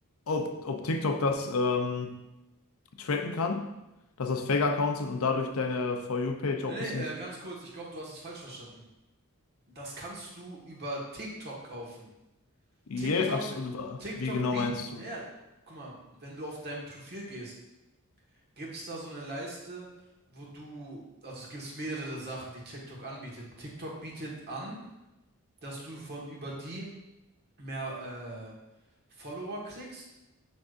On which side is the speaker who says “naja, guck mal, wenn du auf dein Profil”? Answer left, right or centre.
Right